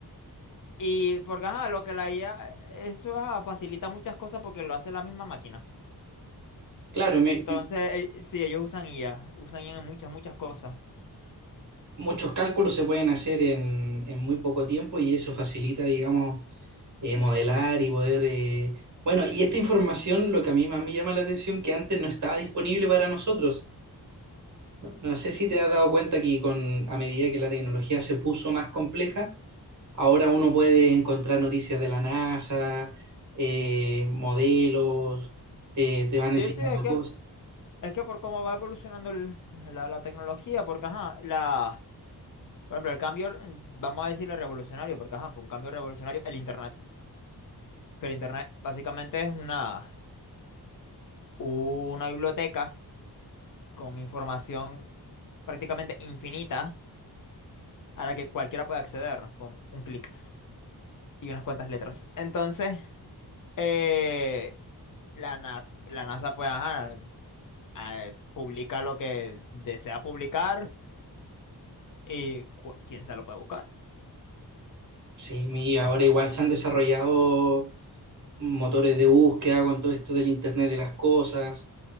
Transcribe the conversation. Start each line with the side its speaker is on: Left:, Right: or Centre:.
Left: Y porque, ajá, lo que la IA, eso ajá, facilita muchas cosas porque lo hace la misma máquina.
Right: Claro, mi-
Left: Entonces, eh, sí, ellos usan IA, usan IA en muchas, muchas cosas.
Right: muchos cálculos se pueden hacer en, en muy poco tiempo y eso facilita, digamos, eh, modelar y poder... eh, Bueno, y esta información, lo que a mí más me llama la atención, que antes no estaba disponible para nosotros. No sé si te has dado cuenta que con, a medida que la tecnología se puso más compleja, ahora uno puede encontrar noticias de la NASA, eh, modelos, te, te van enseñando
Left: Sí, sí, es que,
Right: cosas.
Left: es que por cómo va evolucionando el- la, la tecnología, porque, ajá, la, por ejemplo, el cambio, mm, vamos a decirle revolucionario, porque, ajá, fue un cambio revolucionario el Internet, que el Internet básicamente es una, una biblioteca con información prácticamente infinita a la que cualquiera puede acceder con un clic y unas cuantas letras. Entonces... Eh, la NASA, la NASA pues ajá, eh, publica lo que desea publicar y cu- quién se lo puede buscar.
Right: Sí, y
Left: No,
Right: ahora igual se han desarrollado motores de búsqueda con todo esto del Internet de las cosas.